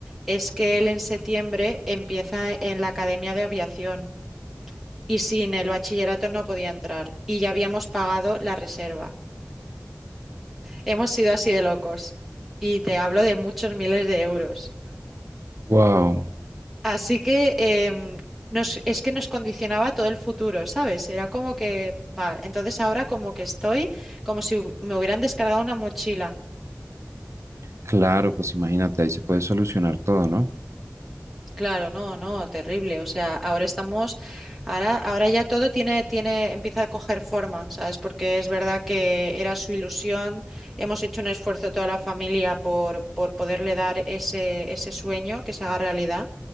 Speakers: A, in the centre; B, on the right.
A: es que él en septiembre empieza en la Academia de Aviación y sin el bachillerato no podía entrar y ya habíamos pagado la reserva. Hemos sido así de locos y te hablo de muchos miles de euros.
B: wow,
A: Así que em, nos, es que nos condicionaba todo el futuro, ¿sabes? Era como que, va, entonces ahora como que estoy como si hu- me hubieran descargado una mochila.
B: claro, pues imagínate, ahí se puede solucionar todo, ¿no?
A: Claro, no, no, terrible. O sea, ahora estamos, ahora, ahora ya todo tiene, tiene, empieza a coger forma, ¿sabes? Porque es verdad que era su ilusión. Hemos hecho un esfuerzo toda la familia por, por poderle dar ese, ese sueño que se haga realidad.